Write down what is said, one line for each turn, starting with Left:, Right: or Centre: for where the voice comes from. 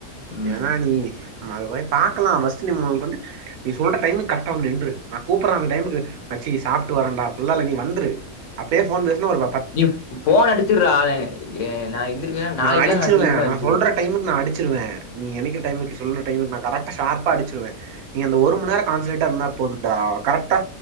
Left: ம்.
Right: ஏன்னா நீ நம்ம அது போய் பாக்கலா ஃபர்ஸ்ட் நீ கொண்டு நீ சொல்ற டைமுக்கு கரெக்ட்டா வந்து நின்று நா கூப்படுற அந்த டைமுக்கு மச்சி சாப்ட்டு வரண்டா அப்டில்லா இல்ல நீ வந்திரு அப்பயே போன் பேசுனா ஒரு
Left: நீ போன் அடுச்சுருடா அ நா எந்திருக்கலேன்னா நாளைக்கெல்லா
Right: நான் அடிச்சிருவேன்
Left: நா சீக்கரமா எந்துச்சிருவ
Right: நான் சொல்ற டைமுக்கு நா அடிச்சிருவே நீ எனிக்க டைமுக்கு சொல்ற டைமுக்கு நா கரெக்டா ஷார்ப்பா அடிச்சிருவ நீ அந்த ஒரு மண் நேரோ கான்சட்ரேட்டா இருந்தா போதுடா கரெக்டா